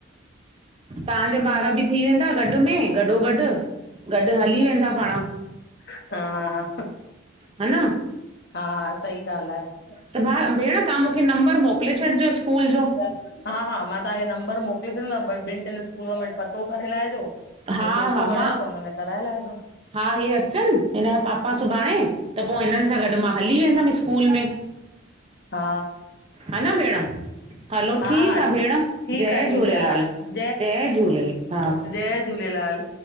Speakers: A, on the right; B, on the left.
A: तव्हांजा ॿार बि थी वेंदा गॾु में गॾो गॾु- गॾु हली वेंदा पाण
B: हा
A: ह न
B: हा सही ॻाल्हि आ
A: त भाउ भेण तव्हां मूंखे नंबर मोकिले छॾिजो स्कूल जो
B: हा- हा मां तव्हांखे नंबर मोकिले छॾींदमि ॿिनि टिनि स्कूलनि में पतो करे लाहिजो
A: हा
B: पोइ जेको
A: हा
B: वणेव
A: मां
B: हुनम में कराए लाहिजो।
A: हा हे अचनि हिनजा पापा सुभाणे त पो हिनन सां गॾु मां हली वेंदमि स्कूल में।
B: हा
A: ह ना भेण हलो
B: हा
A: ठीकु
B: हा
A: आ भेण,
B: ठीकु
A: जय
B: आहे ठीकु
A: झूलेलाल
B: आहे हाणे
A: जय झूलेलाल। हा
B: जय झूलेलाल